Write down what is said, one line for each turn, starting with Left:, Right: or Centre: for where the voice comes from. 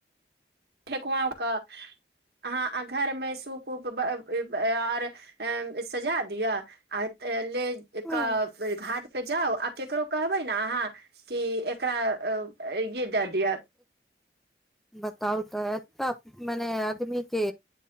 Right: ठेकआव क अहाँ घरमे सूप उप आओर अ सजा दियअ आ एक
Centre: हँ
Right: घट पे जाउ आ केकरो कहबै ने अहाँ कि एकरा ये द द य
Centre: बताउ तऽ ए त मने आदमी के